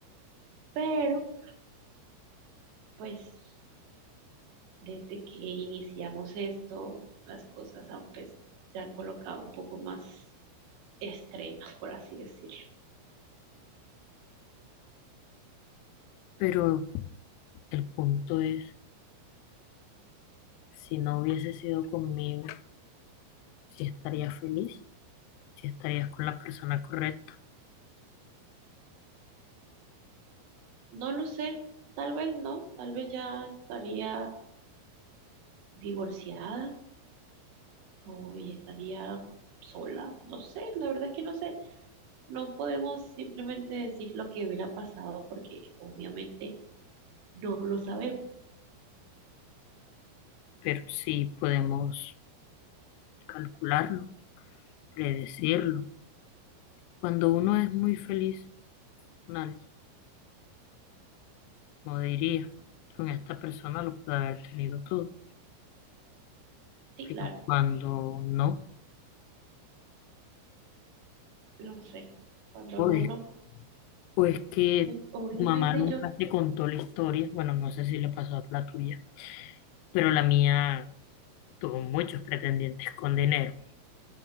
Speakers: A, on the right (about 65°); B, on the left (about 85°).
A: pero pues desde que iniciamos esto, las cosas han, pues, se han colocado un poco más extremas, por así decirlo.
B: Pero el punto es, si no hubiese sido conmigo, si estaría feliz. si estarías con la persona correcta,
A: No lo sé, tal vez no, tal vez ya estaría divorciada o y estaría sola, no sé, la verdad es que no sé, no podemos simplemente decir lo que hubiera pasado porque obviamente no lo sabemos.
B: pero sí podemos calcularlo, predecirlo. Cuando uno es muy feliz con alguien, como diría, con esta persona lo puede haber tenido todo,
A: Sí,
B: pero
A: claro,
B: cuando no,
A: lo sé. Cuando
B: o
A: no,
B: es,
A: no,
B: o es que
A: pues obviamente
B: tu mamá nunca
A: yo,
B: te contó la historia, bueno, no sé si le pasó a la tuya, pero la mía tuvo muchos pretendientes con dinero